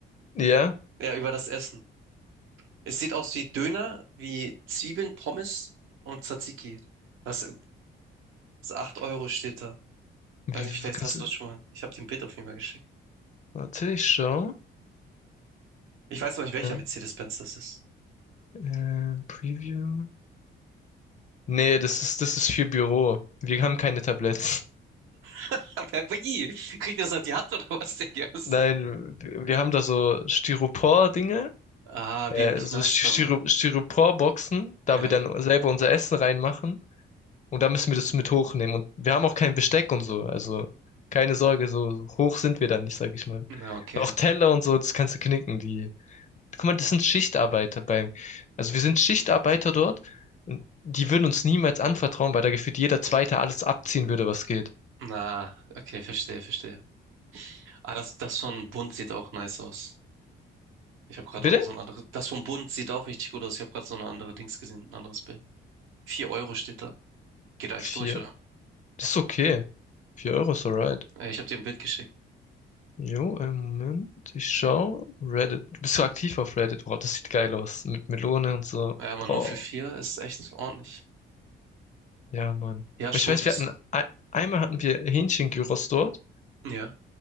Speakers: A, on the left (about 40°); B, on the right (about 85°).
A: Ja?
B: Ja, über das Essen. Es sieht aus wie Döner, wie Zwiebeln, Pommes und Tzatziki. Das, das 8 Euro steht da.
A: Wie,
B: Weiß nicht,
A: wie
B: vielleicht
A: kannst
B: hast
A: du.
B: du das schon mal. Ich habe dir ein Bild auf jeden Fall geschickt.
A: Warte, ich schau.
B: Ich weiß noch nicht, welcher
A: Ja.
B: Mercedes-Benz das ist.
A: Äh, Preview. Nee, das ist, das ist für Büro. Wir haben keine Tabletts.
B: <laughs> Aber wie? Kriegt ihr das auf die Hand oder was, Digga?
A: <laughs>
B: Was-
A: Nein, wir wir haben da so Styropor-Dinge,
B: Ah,
A: äh,
B: wie im Knast
A: so Styro
B: dann, ne?
A: Styropor-Boxen, da
B: Ja.
A: wir dann selber unser Essen reinmachen. Und da müssen wir das mit hochnehmen. Und wir haben auch kein Besteck und so. Also keine Sorge, so hoch sind wir dann nicht, sag ich mal.
B: Na, okay.
A: Und auch Teller und so, das kannst du knicken. Die Guck mal, das sind Schichtarbeiter beim, also wir sind Schichtarbeiter dort und die würden uns niemals anvertrauen, weil da gefühlt jeder Zweite alles abziehen würde, was geht.
B: Na, okay, verstehe, verstehe. Ah, das, das von Bund sieht auch nice aus. Ich habe gerade
A: Bitte?
B: so ein anderes. Das von Bund sieht auch richtig gut aus. Ich habe gerade so eine andere Dings gesehen, ein anderes Bild. vier Euro steht da. Geht eigentlich
A: Vier.
B: durch,
A: Das ist okay. Vier Euro ist alright.
B: Äh, Ich habe dir ein Bild geschickt.
A: Jo, einen Moment. Ich schau. Reddit. Bist du aktiv auf Reddit? Boah, das sieht geil aus. Mit Melone und so.
B: Ja, aber
A: Boah.
B: nur für vier ist echt ordentlich.
A: Ja, Mann.
B: Ja,
A: Aber
B: schon
A: ich weiß,
B: ein bisschen.
A: wir hatten, ein- einmal hatten wir Hähnchen-Gyros dort
B: Ja,